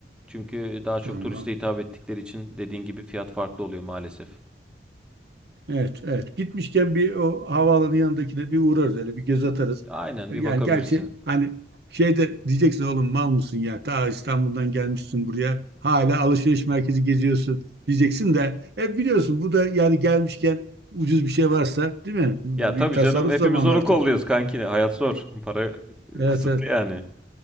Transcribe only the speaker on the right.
tamam.
Evet, evet. Gitmişken bir o havaalanı yanındakine bir uğrarız öyle bir göz atarız.
Yani
gerçi hani şeyde diyeceksin oğlum mal mısın ya? Ta İstanbul'dan gelmişsin buraya. Hala alışveriş merkezi geziyorsun diyeceksin de. E biliyorsun bu da yani gelmişken ucuz bir şey varsa değil mi? Bir
tasarruf
zamanı
artık.
Evet
evet.